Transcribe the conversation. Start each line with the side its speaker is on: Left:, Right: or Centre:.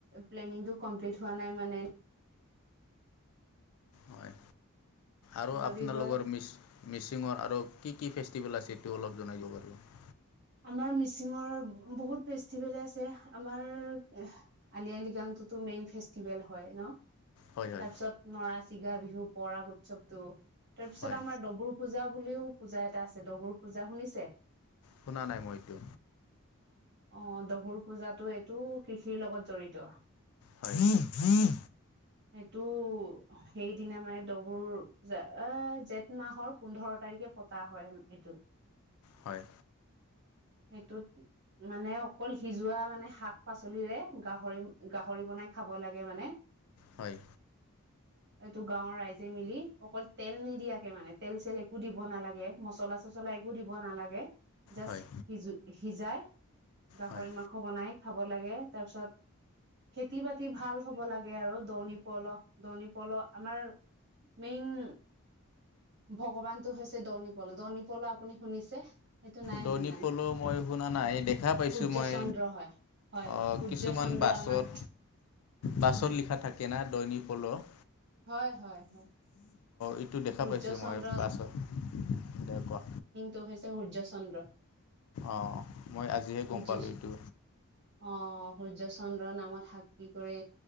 Right: প্লেনিংটো কমপ্লিট হোৱা নাই মানে
Left: হয় আৰু
Right: যদি
Left: আপোনালোকৰ
Right: হয়
Left: মিছ মিচিঙৰ আৰু কি কি ফেষ্টিভেল আছে সেইটো অলপ জনাই দিব পাৰিব।
Right: আমাৰ মিচিঙৰ বহুত ফেষ্টিভেলে আছে, আমাৰ আলি আই লৃগাংটোতো মেইন ফেষ্টিভেল হয় ন'।
Left: হয় হয়
Right: তাৰপিছত নৰা চিগা বিহু, পৰাগ উৎসৱটো তাৰপিছত
Left: হয়
Right: আমাৰ দগৰো পূজা বুলিও, পূজা এটা আছে দগৰু পূজা শুনিছে?
Left: শুনা নাই মই এইটো।
Right: অ', দগৰু পূজাটো এইটো কৃষিৰ লগত জড়িত।
Left: হয়, হয়।
Right: সেইটো সেইদিনা মানে দবুৰ পূজা এ জেঠ মাহৰ পোন্ধৰ তাৰিখে পতা হয় এইটো।
Left: হয়।
Right: সেইটোত মানে অকল সিজোৱা মানে শাক-পাচলিৰে গাহৰি গাহৰি বনাই খাব লাগে মানে। <inaudible>
Left: হয়।
Right: <inaudible> এইটো গাঁৱৰ ৰাইজে মিলি অকল তেল নিদিয়াকে মানে তেল চেল একো দিব নালাগে। মচলা চচলা একো দিব নালাগে। জাষ্ট
Left: হয়
Right: সিজো সিজাই গাহৰি
Left: হয়
Right: মাংস বনাই খাব লাগে। তাৰপিছত খেতি বাতি ভাল হ'ব লাগে আৰু দণ পল দনি পল আমাৰ মেইন ভগৱানটো হৈছ দনিপল, দনিপল আপুনি শুনিছে। সেইটো নাই
Left: ডনি
Right: শুনা ন
Left: পলো মই শুনা নাই, দেখা পাইছোঁ
Right: সূৰ্য
Left: মই।
Right: চন্দ্ৰ হয় হয়
Left: অ',
Right: হয় সূৰ্য
Left: কিছুমান
Right: চন্দ্ৰ
Left: বাছত
Right: আমাৰ
Left: বাছত
Right: হয়
Left: লিখা থাকে না দৈনী পল' অ',
Right: হয় হয় হয়
Left: এত টো দেখা
Right: সূৰ্য
Left: পাইছোঁ
Right: চন্দ্ৰ
Left: মই বাছৰ, এয়া কোৱা।
Right: টো হৈছে সূৰ্যা চন্দ্ৰ।
Left: অ', মই আজিহে
Right: সূৰ্য
Left: গম পালোঁ এইটো।
Right: অ', সূৰ্য চন্দ্ৰৰ নামত সাক্ষী কৰি